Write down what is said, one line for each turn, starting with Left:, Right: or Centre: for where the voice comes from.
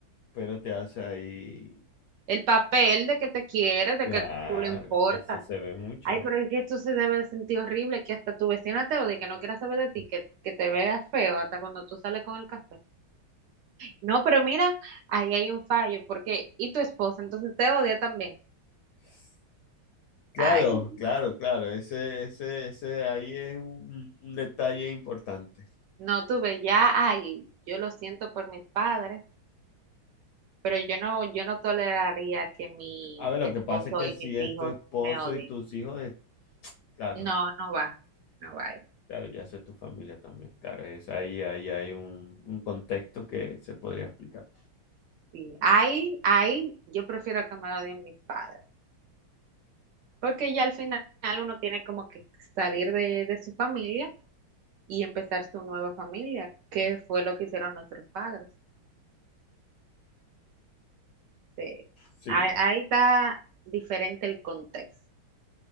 Left: pero te hace ahí...
Right: El papel de que te quieres, de
Left: Claro,
Right: que tú le importas.
Left: eso se ve mucho,
Right: Ay, pero
Left: ¿eh?
Right: es que esto se debe de sentir horrible, que hasta tu vecina te odie, que no quiera saber de ti, que, que te veas feo hasta cuando tú sales con el café. No, pero mira, ahí hay un fallo, porque, y tu esposa, entonces te odia también.
Left: <laughs> Claro,
Right: Ay.
Left: claro, claro. Ese, ese, ese ahí es un, un detalle importante.
Right: No tuve ya, ay, yo lo siento por mis padres, pero yo no, yo no toleraría que mi
Left: A ver, lo
Right: esposo
Left: que pasa es que
Right: y
Left: si
Right: mis
Left: es
Right: hijos
Left: tu esposo
Right: me odien.
Left: y tus hijos, es- claro,
Right: No, no va, no va ahí.
Left: claro, ya eso es tu familia también. Claro, es ahí, ahí hay un, un contexto que se podría explicar.
Right: Sí, ahí, ahí, yo prefiero que me odien mis padres, porque ya al final uno tiene como que salir de, de su familia y empezar su nueva familia, que fue lo que hicieron nuestros padres. Sí.
Left: Sí,
Right: Ahí, ahí está diferente el contexto.